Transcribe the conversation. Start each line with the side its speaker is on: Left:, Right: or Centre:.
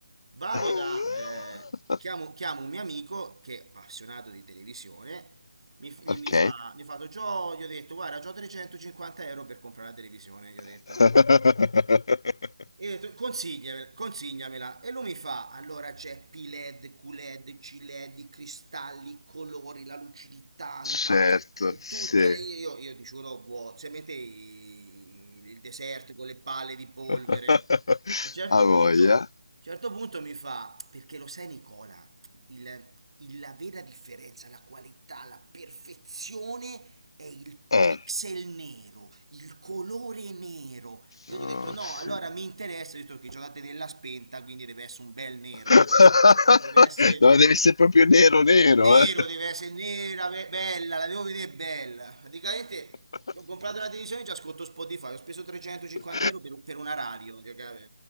Right: Vado
Left: <laughs>
Right: da, eh, chiamo, chiamo un mio amico che è appassionato di televisione, mi, f- gli
Left: Ok.
Right: mi fa, gli ho fatto, "Gio", gli ho detto, guarda, c'ho 350 euro per comprare la televisione, gli ho detto.
Left: <laughs>
Right: Io ho detto, consigliamela, consigliamela. E lui mi fa, allora c'è P-LED, Q-LED, C-LED, i cristalli, i colori, la lucidità, mi fa,
Left: Certo,
Right: e
Left: sì.
Right: tutto. E io, io ti giuro, buo- se mette i- il deserto con le palle di polvere,
Left: <laughs>
Right: a un certo
Left: A voglia.
Right: punto, a un certo punto mi fa, perché lo sai Nicola, il- il- la vera differenza, la qualità, la perfezione è il
Left: Eh.
Right: pixel nero, il colore nero. Io
Left: Oh,
Right: gli ho detto no,
Left: sì.
Right: allora mi interessa, ho detto che giocate nella spenta, quindi deve essere un bel nero,
Left: <laughs>
Right: io ho detto. Deve essere
Left: No, deve essere proprio nero nero,
Right: nero,
Left: eh.
Right: deve essere nera, be- bella, la devo vedere bella. Praticamente
Left: <laughs>
Right: ho comprato una televisione e già ascolto Spotify, ho speso 350
Left: <laughs>
Right: euro per, per una radio. che capi-